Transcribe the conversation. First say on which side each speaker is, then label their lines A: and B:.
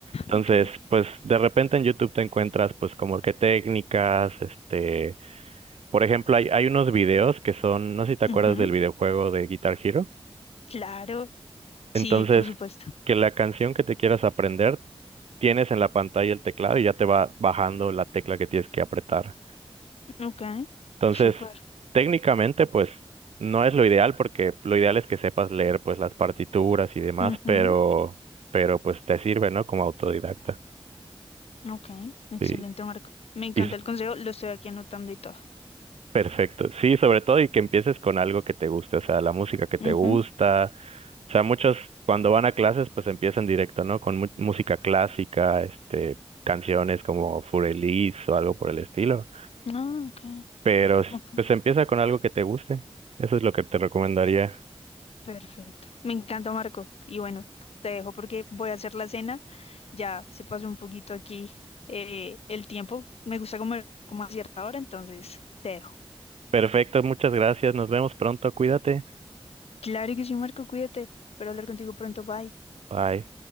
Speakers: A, on the right; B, on the left.
A: Entonces,
B: Ok.
A: pues de repente en YouTube te encuentras pues como que técnicas, este, por ejemplo, hay, hay unos videos que son, no sé si te acuerdas
B: Ujú,
A: del videojuego de Guitar Hero.
B: Claro.
A: Entonces,
B: Sí, por supuesto.
A: que la canción que te quieras aprender, tienes en la pantalla el teclado y ya te va bajando la tecla que tienes que apretar.
B: Ujú, Ok.
A: Entonces,
B: Súper.
A: técnicamente, pues no es lo ideal porque lo ideal es que sepas leer pues las partituras y demás,
B: Ujú,
A: pero pero pues te sirve, ¿no? Como autodidacta.
B: Ok. Excelente,
A: Sí,
B: Marco. Me encanta
A: y es
B: el consejo. Lo estoy aquí anotando y todo.
A: perfecto. Sí, sobre todo y que empieces con algo que te guste, o sea, la música que te
B: Ujú,
A: gusta O sea, muchos cuando van a clases, pues empiezan directo, ¿no? Con mu- música clásica, este, canciones como Fureliz o algo por el estilo.
B: Ah, ok.
A: Pero
B: Ok.
A: pues empieza con algo que te guste. Eso es lo que te recomendaría.
B: Perfecto. Me encanta, Marco. Y bueno, te dejo porque voy a hacer la cena. ya se pasó un poquito aquí eh, el tiempo. Me gusta comer como a cierta hora, entonces te dejo.
A: Perfecto, muchas gracias. Nos vemos pronto. Cuídate.
B: Claro que sí, Marco, cuídate. Espero hablar contigo pronto. Bye.
A: Bye.